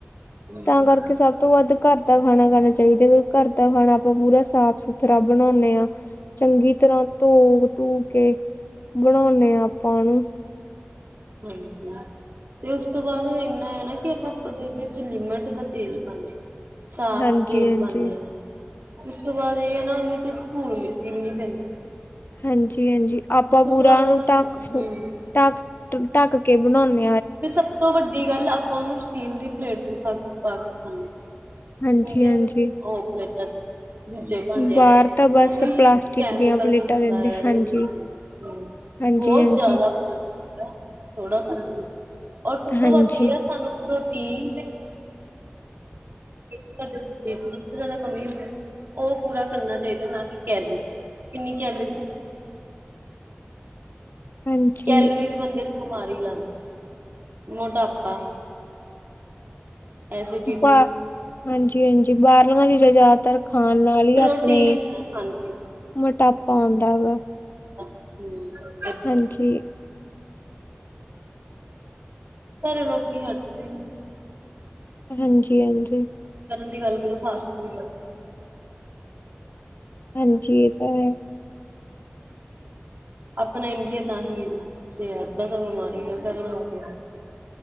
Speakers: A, on the right; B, on the left.
A: ਹੂੰ-ਹੂੰ,
B: ਤਾਂ ਕਰਕੇ ਸਭ ਤੋਂ ਵੱਧ ਘਰ ਦਾ ਖਾਣਾ ਖਾਣਾ ਚਾਹੀਦਾ ਘਰ ਦਾ ਖਾਣਾ ਆਪਾਂ ਪੂਰਾ ਸਾਫ਼ ਸੁਥਰਾ ਬਣਾਉਂਦੇ ਹਾਂ ਚੰਗੀ ਤਰ੍ਹਾਂ ਧੋ ਧੂ ਕੇ ਬਣਾਉਂਦੇ ਹਾਂ ਆਪਾਂ ਉਹਨੂੰ।
A: ਹਾਂਜੀ ਤੇ ਉਸ ਤੋਂ ਬਾਅਦ ਉਹ ਇੰਨਾ ਹੈ ਨਾ ਕਿ ਆਪਾਂ ਉਹਦੇ ਵਿੱਚ ਲਿਮਟ ਦਾ ਤੇਲ ਪਾਉਦੇ ਸਾਫ
B: ਹਾਂਜੀ
A: ਤੇਲ
B: ਹਾਂਜੀ
A: ਪਾਉਦੇ ਹ ਇਸ ਤੋਂ ਬਾਅਦ ਇਹ ਹੈ ਨਾ ਉਹਦੇ ਵਿੱਚ ਧੂੜ ਮਿੱਟੀ ਵੀ ਨ ਪੈਂਦੀ
B: ਹਾਂਜੀ ਹਾਂਜੀ ਆਪਾਂ ਪੂਰਾ
A: ਤੋਂ ਬਾਅਦ ਉਹਨਾਂ
B: ਉਸ ਨੂੰ ਢੱਕ ਕੇ
A: ਹੂੰ
B: ਤਾ ਢੱਕ ਕੇ ਬਣਾਉਂਦੇ
A: ਤੇ ਸਭ ਤੋਂ ਵੱਡੀ ਗੱਲ ਆਪਾਂ ਉਹਨੂੰ ਸਟੀਲ ਦੀ ਪਲੇਟ ਚ ਹ ਪਾਕ ਹਾਂ
B: ਹਾਂਜੀ
A: ਉਹ
B: ਹਾਂਜੀ
A: ਪਲੇਟਾਂ ਦੂਜੇ ਭਾਂਡਿਆਂ
B: ਬਾਹਰ
A: ਦੇ
B: ਤਾਂ ਬਸ
A: ਉਹ ਵੀ
B: ਪਲਾਸਟਿਕ
A: ਕੈਮੀਕਲ
B: ਦੀਆਂ ਪਲੇਟਾਂ
A: ਨੂੰ ਹੁੰਦਾ
B: ਦਿੰਦੇ
A: ਯਾਰ
B: ਹਾਂਜੀ
A: ਬਹੁਤ
B: ਹਾਂਜੀ ਹਾਂਜੀ
A: ਜ਼ਿਆਦਾ ਫਰਕਦਾ ਥੋੜਾ ਫਰਕ ਹੋ ਔਰ ਸਭ ਤੋਂ
B: ਹਾਂਜੀ
A: ਵੱਧ ਇਹ ਆ ਸਾਨੂੰ ਪ੍ਰੋਟੀਨ ਸਾਡੇ ਸਰੀ ਜ਼ਿਆਦਾ ਕਮੀ ਹੁੰਦੀ ਉਹ ਪੂਰਾ ਕਰਨਾ ਚਾਹੀਦਾ ਨਾ ਕਿ ਕੈਰੀ ਕਿੰਨੀ ਕੈਲਰੀ
B: ਹਾਂਜੀ
A: ਕੈਲੋਰੀਜ਼ ਬੰਦੇ ਨੂੰ ਮਾਰੀ ਲਾਦੀ ਆ ਮੋਟਾਪਾ ਐਸਸੀਡੀਟੀ
B: ਬਾ ਹਾਂਜੀ ਹਾਂਜੀ ਬਾਹਰਲਾਂ ਚ ਜ਼ਿਆਦਾਤਰ ਖਾਣ ਨਾਲ ਹੀ
A: ਪ੍ਰੋਟੀਨ
B: ਆਪਣੇ
A: ਹਾਂਜੀ।
B: ਮੋਟਾਪਾ ਆਉਂਦਾ ਗਾ
A: ਹਮ
B: ਹਾਂਜੀ
A: ਘਰੇ ਲੋਕੀ ਹਟਦੇ ਸੀ
B: ਹਾਂਜੀ ਹਾਂਜੀ
A: ਦੀ ਗੱਲ ਕਰੋ ਫਾਸ ਫੂ
B: ਹਾਂਜੀ, ਇਹ ਤਾਂ ਹੈ।
A: ਆਪਣਾ ਇੰਡੀਆ ਤਾਂ ਹੀ ਐਨਾ ਪਿੱਛੇ ਆ ਅੱਧਾ ਤਾਂ ਬਿਮਾਰੀ ਦਾ ਘਰ ਹੋਇਆ ਪਿਆ।